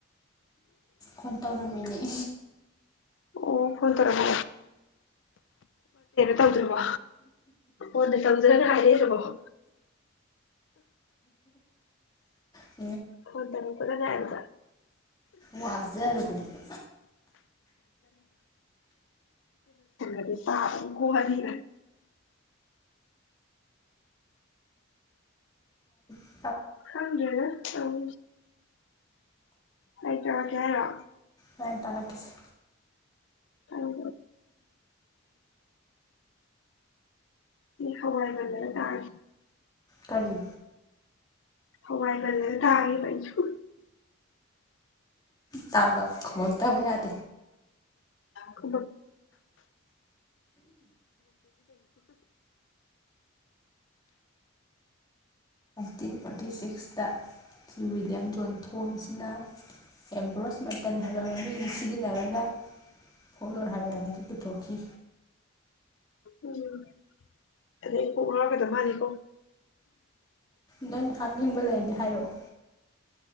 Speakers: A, on the left; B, on the left.
A: ꯀꯟ ꯇꯧꯔꯃꯤ ꯂꯩ
B: ꯑꯣ ꯐꯣꯟ ꯇꯧꯔ ꯊ ꯇꯧꯗ꯭ꯔꯕꯣ ꯃꯣꯟꯗ ꯇꯧꯗ꯭ꯔꯒ ꯍꯥꯏꯔꯕꯣ ꯎꯝ
A: ꯐ
B: ꯍ ꯇꯅ ꯄꯨꯔ ꯉꯔ
A: ꯋꯥꯖꯔꯕꯅꯦꯕ
B: ꯂ ꯄ ꯍꯥꯏꯗꯤ
A: ꯂ
B: ꯍꯪꯖꯅ ꯎꯝ ꯑꯩꯇꯔ ꯀꯦꯔꯣ
A: ꯂꯥꯏꯔꯤꯛ ꯇꯥꯛꯂꯛꯈꯤꯁꯤ
B: ꯎꯝ ꯍꯋꯥꯏ ꯂꯩꯦ ꯇꯥꯏ
A: ꯀꯔꯤ
B: ꯍ ꯋꯥꯏꯒꯂꯦ ꯊꯥꯏꯥꯏꯁꯨ
A: ꯇꯥꯎ ꯂꯃꯣ ꯇꯕ ꯌꯥꯗ
B: ꯀ
A: ꯇꯤꯟ ꯐꯣꯔꯇꯤ ꯁꯤꯛꯁꯇ꯭ꯔꯤꯋꯤꯌꯝ ꯊꯣꯡꯁꯤꯅ ꯑꯕ꯭ꯔꯣꯁ ꯃꯇꯟ ꯍꯥꯏꯕ ꯃꯃꯤꯡꯁꯤ ꯁꯤꯖꯤꯟꯅꯔꯒ ꯐꯣꯂ ꯍꯥꯏꯕ ꯍꯥꯏꯖꯤꯕꯨꯊꯣꯛꯈꯤ
B: ꯎꯝ ꯑꯗꯩ ꯑꯩ ꯀꯣꯛ ꯂꯥꯎꯔꯒꯗꯕ ꯃꯥꯅꯤꯀꯣ
A: ꯅꯪ ꯍꯥꯞꯅꯤꯡꯕ ꯂꯩꯔꯗꯤ ꯍꯥꯏꯔꯛꯑꯣ